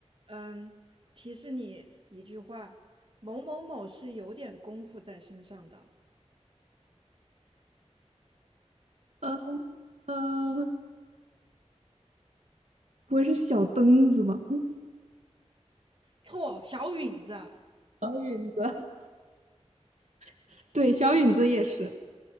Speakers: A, on the right; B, on the right.
A: 嗯，提示你一句话：某某某是有点功夫在身上的。
B: 呃呃，不会是小灯子吧？嗯
A: 错，小允子。
B: 小允子。<laughs> 对，小允子也是